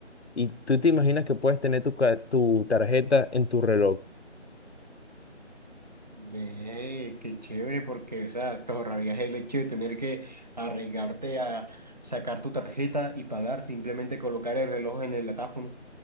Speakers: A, on the left; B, on the right.
A: Y tú te imaginas que puedes tener tu, ca- tu tarjeta en tu reloj.
B: Ve, qué chévere, porque, o sea, te ahorrarías el hecho de tener que arriesgarte a sacar tu tarjeta y pagar, simplemente colocar el reloj en el datáfono.